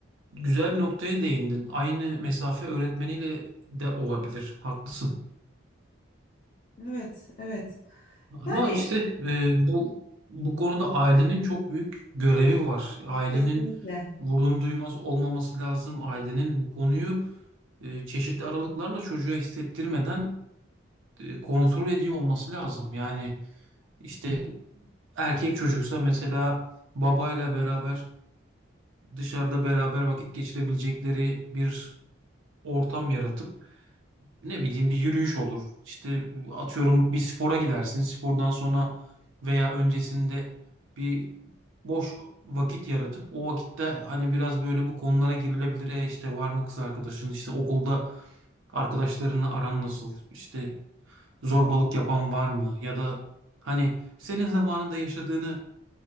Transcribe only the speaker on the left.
Evet, evet.
Yani
işte
kesinlikle.